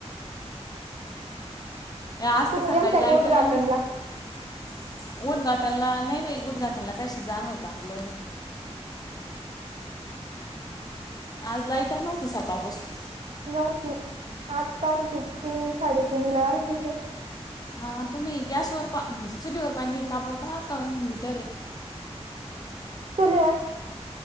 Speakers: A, on the left (about 35°); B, on the right (about 65°).
A: आज
B: तुम्ही
A: तर सकाळी
B: गेलताय
A: लाईट
B: का उद्घाटनला
A: नव्हती उद्घाटनला नाही बा उद्घाटन त्यांना काय शिजणंवतं आपलं आज लाईटण होतीस तपसून
B: नव्हती आत्ता आलती तीन साडेतीीन ला आलती
A: हा तुम्ही गॅसवर पा म्हणज चुलीवर पा तापत पाक विटर एक
B: सुोलवा